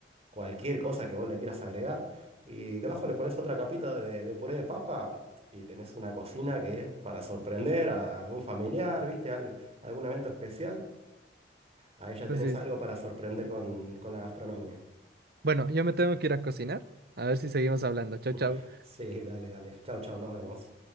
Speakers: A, on the right; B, on the right.
A: cualquier cosa que vos le quieras agregar. Y debajo le pones otra capita de, de puré de papa y tenés una cocina que es para sorprender a algún familiar, ¿viste? Al- algún evento especial. Ahí ya
B: Entonces,
A: tenés algo para sorprender con, con la gastronomía.
B: Bueno, yo me tengo que ir a cocinar. A ver si seguimos hablando. Chau,
A: <laughs>
B: chau.
A: Sí, dale, dale. Chau, chau, nos vemos.